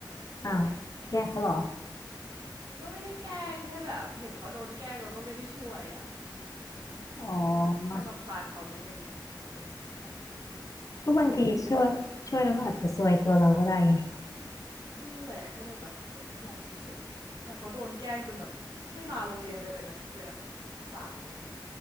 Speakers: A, on the right; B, on the left.
A: ไม่มีอะไร
B: อ้าวแกล้งเขาเหรอ
A: มันก็ไม่ได้แกล้งแค่แบบเห็นเขาโดนแกล้งเราก็ไม่ได้ช่วยอะ่ะ
B: อ๋
A: เพราะว่าก็รำคาญเขานิดนึงไงก็เลยแบบอืมก็ไม่ใช่คนดีอะไรขนาดนั้น
B: อก็บางทีช่วยช่วยแล้วมันอาจจะซวยตัวเราก็ได้ไง
A: ก็นั่นแหละก็เลยแบบเออก็มองเฉยๆแต่เขาโดนแกล้งจนแบบไม่มาโรงเรียนไปเป็นอาทิตย์เลยอะสงสารเหมือนกัน